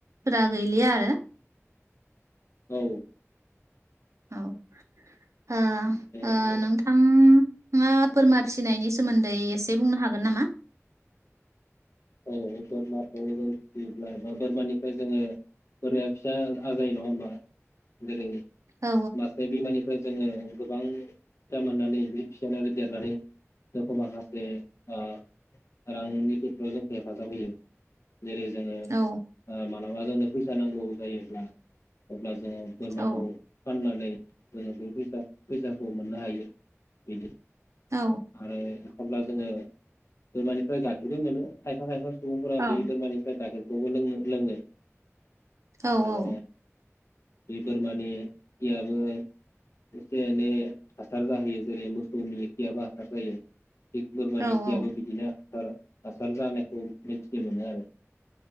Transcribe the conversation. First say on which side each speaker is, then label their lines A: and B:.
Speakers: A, on the right; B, on the left.
A: फोरा गैलिया आरो
B: उम औ
A: औ ओ ओ
B: आरो
A: नोंथांआ बोरमा फिसिनायनि सोमोन्दै एसे बुंनो हागोन नामा?
B: औ बोरमाखौ जों फिसियोब्ला बा बोरमानिफ्राय जोङो बोरमाया फिसा आजायो नङा होमबा जेरै
A: औ
B: मासे बिमानिफ्राय जोङो गोबां फिसा मोननानै बि फिनानै देरनानै जोंखौ माखासे ओ रांनि खेथ्रआव जों हेफाजाब होयो। जेरै जोङो
A: औ
B: ओ मालाबा जोंनो फैसा नांगौ। जायो ब्ला अब्ला जोङो बोरमाखौ
A: औ
B: फाननानै जोङो बे फैसा फैसाखौ मोननो हायो बेनो
A: औ
B: आरो अब्ला जोङो बोरमानिफ्राय गाखेरबो मोनो। खायफा खायफा सुबुंफोर
A: औ
B: बे बोरमानिफ्राय गायखेर बो लोंनो लोङो।
A: औ
B: आरो
A: औ
B: बे बोरमानि खियाबो एसे एनै हासार जाहैयो जेरै मोसौनि खियाबो हासार जायो। थिग बोरमानि
A: औ
B: खियाबो
A: औ
B: बिदिनो हा सार जानायखौ मिथि मोनो आरो।